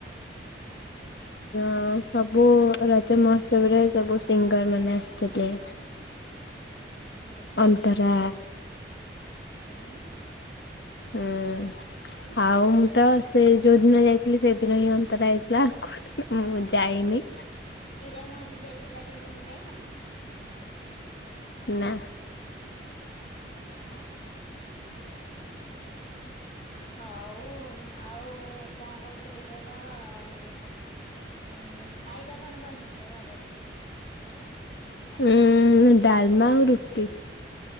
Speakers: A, on the left (about 70°); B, on the left (about 35°).
A: ହଁ ସବୁ ରଜ ମହୋତ୍ସବରେ ସବୁ ସିଙ୍ଗର ମାନେ ଆସିଥିଲେ।
B: ହୁଁ କିଏ
A: ଅନ୍ତରା
B: କିଏ ଆସିଥିଲେ ହୁଁଉ।
A: ହୁଁ ଆଉ ମୁଁ ତ ସେ ଯୋଉଦିନ ଯାଇଥିଲି ସେଇଦିନ ହିଁ ଅନ୍ତରା ଆଇଥିଲା। ମୁଁ ଯାଇନି
B: ଇରା ମହାନ୍ତି ଯାଇଥିଲା ଯୋଉ ତମେ ଯାଇନ?
A: ନା
B: ଅହଁ। ହଉ ଆଉ କଣ କହୁଥିଲି କହିଲ ଉଁ ଉଁ ଖାଇବା କଣ ବନେଇଛ ଘରେ?
A: ଉଁ ଡାଲମା ଆଉ ରୁଟି।